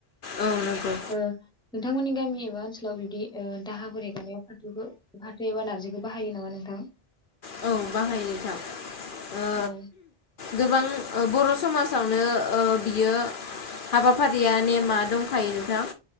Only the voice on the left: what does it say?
औ नंगौ
औ बाहायोखा ओ
गोबां ओ बर समाजावनो ओ बियो हाबाफारिया नेमा दंखायो नोंथां।